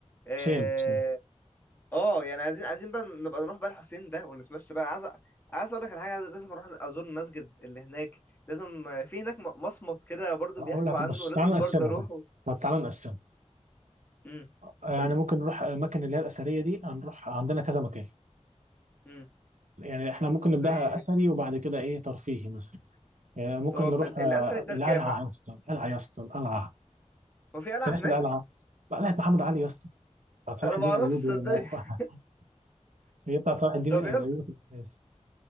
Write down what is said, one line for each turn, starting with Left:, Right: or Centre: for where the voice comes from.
Left: اه
Right: حسين حسين
Left: آه، يعني عايزين عايزين بقى نبقى نروح بقى الحسين ده ونتمشى بقى عايز أ- عايز اقول لك على حاجه لازم اروح ازور المسجد اللي هناك لازم آه، في هناك م- مصمت كده برضو
Right: اقول
Left: بيحكوا
Right: لك
Left: عنه
Right: بص
Left: لازم
Right: تعالى نقسمها
Left: برضو اروحه
Right: بقى طب تعالى نقسمها
Left: امم
Right: يعني
Left: قول لي
Right: ممكن نروح الاماكن اللي هي الاثريه دي هنروح عندنا كذا مكان
Left: امم
Right: يعني احنا ممكن نبداها
Left: زي ايه
Right: اثري وبعد كده ايه ترفيهي مثلا يعني ممكن
Left: طب
Right: نروح
Left: ال-
Right: آه،
Left: الاثري ده
Right: القلعه
Left: الجامع
Right: يا اسطى القلعه يا اسطى القلعه
Left: هو في قلعه
Right: انت ناسي
Left: هناك
Right: القلعه قلعه محمد علي يا اسطى بتاعت صلاح
Left: انا
Right: الدين
Left: ما اعرفش
Right: الايوبي
Left: صدقني
Right: موقعها
Left: <laughs>
Right: <laughs> هي بتاعت صلاح الدين
Left: طب
Right: الايوبي
Left: يلا
Right: في الاساس